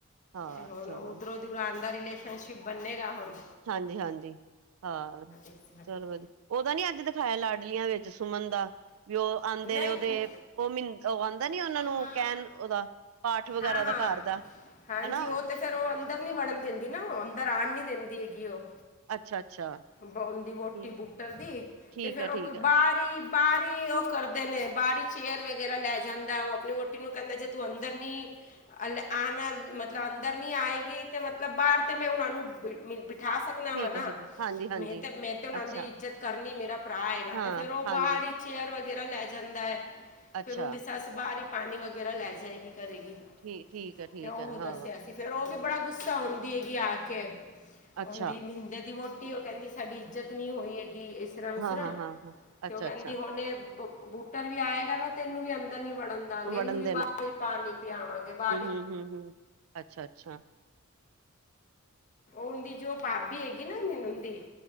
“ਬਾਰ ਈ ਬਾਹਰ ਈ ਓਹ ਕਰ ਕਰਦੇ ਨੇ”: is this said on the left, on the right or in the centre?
Left